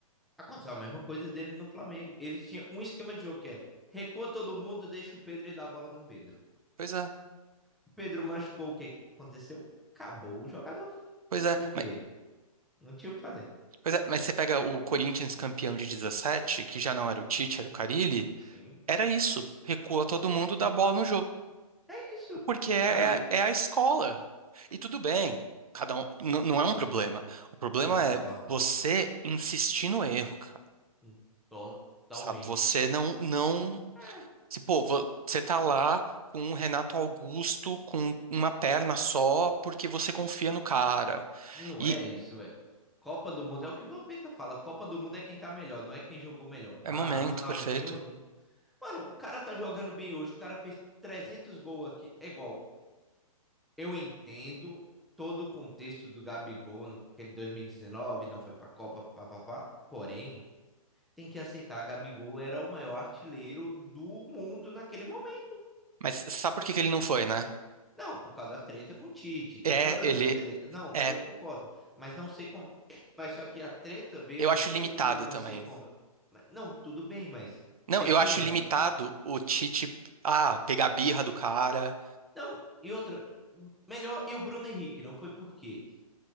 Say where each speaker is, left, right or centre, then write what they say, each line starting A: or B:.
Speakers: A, in the centre; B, on the right (about 70°).
A: aconteceu a mesma coisa dele no Flamengo. Ele tinha um esquema de jogo que é recua todo mundo, deixa o Pedro e dá a bola no Pedro.
B: Pois é,
A: O Pedro machucou, o que que aconteceu? Acabou o jogador.
B: pois é.
A: Por quê?
B: Mas,
A: Não tinha o que fazer.
B: pois é, mas você pega o Corinthians campeão de 17, que já não era o Tite, era o Carille,
A: Sim.
B: era isso. Recua todo mundo, dá bola no jogo
A: É isso.
B: Porque é,
A: Sabe?
B: é, é a escola. E tudo bem, cada um n- não é um problema. O problema
A: Concordo
B: é você insistir no erro, cara.
A: hum, totalmente.
B: Sabe? Você não não,
A: É,
B: se, pô, vo- você tá lá com o Renato Augusto com uma perna só porque você confia no cara.
A: Não
B: E
A: é isso, velho. Copa do Mundo é o que o Vampeta fala. Copa do Mundo é quem tá melhor, não é quem jogou melhor.
B: é
A: Ah,
B: momento
A: Ronaldinho.
B: perfeito.
A: Mano, o cara tá jogando bem hoje. O cara fez 300 gols aqui. É igual. Eu entendo todo o contexto do Gabigol naquele 2019, não foi pra Copa, papapá. Porém, tem que aceitar. Gabigol era o maior artilheiro do mundo naquele momento.
B: Mas sabe por que que ele não foi, né?
A: Não, por causa da treta com o Tite, tem
B: É,
A: todas
B: é, ele
A: as tretas. Não,
B: é,
A: eu concordo, mas não sei como. Mas só que a treta veio
B: eu
A: depois
B: acho limitado
A: de ele não
B: também.
A: ser. Con... Não, tudo bem, mas
B: Não,
A: você
B: eu
A: tinha
B: acho
A: um melhor.
B: limitado o Tite, ah, pegar a birra do cara.
A: Não, e outra, melhor. E o Bruno Henrique, não foi porque